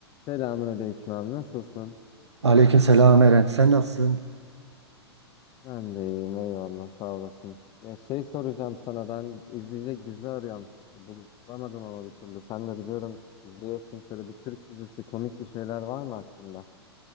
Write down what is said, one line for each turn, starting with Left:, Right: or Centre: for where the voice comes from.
Left: Selamünaleyküm abi nasılsın?
Right: Aleykümselam Eren. Sen nasılsın?
Left: Ben de iyiyim eyvallah sağ olasın. Ya şey soracağım sana ben izleyecek dizi arıyorum. Bulamadım ama bir türlü. Sen de biliyorum izliyorsun şöyle bir Türk dizisi komik bir şeyler var mı aklında?